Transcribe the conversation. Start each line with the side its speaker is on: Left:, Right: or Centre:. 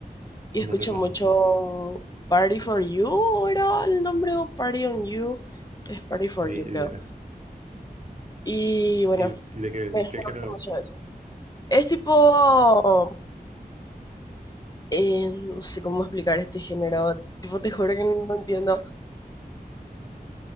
Left: Y
Right: no
Left: escucho
Right: te conozco.
Left: mucho Party for You, ¿o era el nombre o Party on You. Es Party for
Right: Ni-
Left: You,
Right: ni
Left: creo.
Right: de,
Left: Y bueno,
Right: ni- ni de qué,
Left: me, me
Right: qué
Left: gusta
Right: géneros.
Left: mucho eso. Es tipo, eh, no sé cómo explicar este género, tipo, te juro que no entiendo.